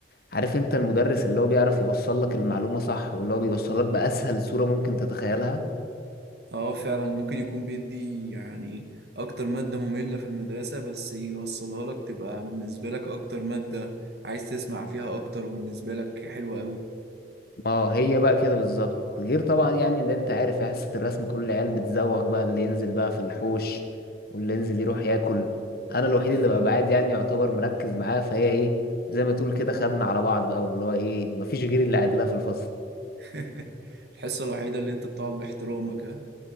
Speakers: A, on the left; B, on the right.
A: عارف انت المدرس اللي هو بيعرف يوصل لك المعلومة صح واللي هو بيوصل لك بأسهل صورة ممكن تتخيلها
B: اه فعلا ممكن يكون بيدي يعني اكتر مادة مملة في المدرسة بس يوصلها لك تبقى بالنسبة لك اكتر مادة عايز تسمع فيها اكتر وبالنسبة لك حلوة قوي
A: اه هي بقى كده بالظبط غير طبعا يعني ان انت عارف يا حصة الرسم كل العيال بتزوغ بقى اللي ينزل بقى في الحوش واللي ينزل يروح ياكل انا الوحيد
B: اه
A: اللي بقى بعاد يعني يعتبر مركز معاها فهي ايه زي ما تقول كده خدنا على بعض بقى واللي هو ايه مفيش غير اللي قاعد لها في الفصل
B: <laughs> الحصة الوحيدة اللي انت بتقعد باحترامك ها